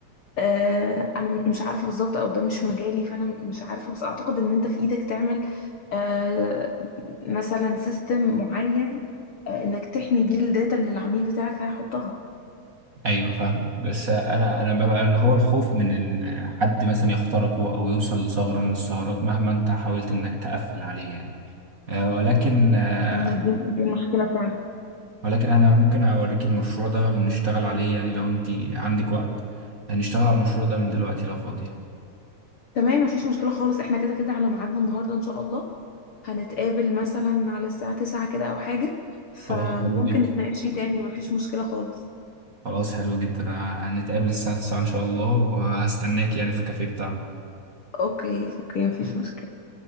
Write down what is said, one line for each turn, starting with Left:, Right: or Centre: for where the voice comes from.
Left: آه، انا م- مش عارفه بالظبط او ده مش مجالي فانا مش عارفه بس اعتقد ان انت في ايدك تعمل آه، مثلا سيستم معين آه، انك تحمي بيه الداتا اللي العميل بتاعك هيحطها
Right: ايوه فاهمك بس انا انا ببقى اللي هو الخوف من ان حد مثلا يخترقه او يوصل لثغره من الثغرات مهما انت حاولت انك تقفل عليه يعني آه، ولكن آه،
Left: مم، دي دي مشكله فعلا
Right: ولكن انا ممكن اوريك المشروع ده ونشتغل عليه يعني لو انت عندك وقت هنشتغل على المشروع ده من دلوقتي لو فاضية
Left: تمام مفيش مشكله خالص احنا كده كده على ميعادنا النهارده ان شاء الله هنتقابل مثلا على الساعه 9 كده او حاجه فممكن
Right: خلاص حلو جدا
Left: نتناقش فيه تاني مفيش مشكله خالص
Right: خلاص حلو جدا أنا- هنتقابل الساعة 9 ان شاء الله وهستناك يعني في الكافيه بتاعنا
Left: اوكي اوكي مفيش مشكله